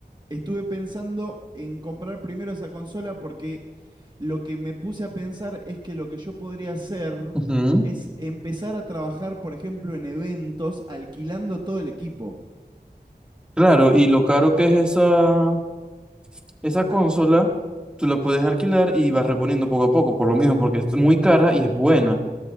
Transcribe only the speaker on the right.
Estuve pensando en comprar primero esa consola porque lo que me puse a pensar es que lo que yo podría hacer
es empezar a trabajar, por ejemplo, en eventos alquilando todo el equipo.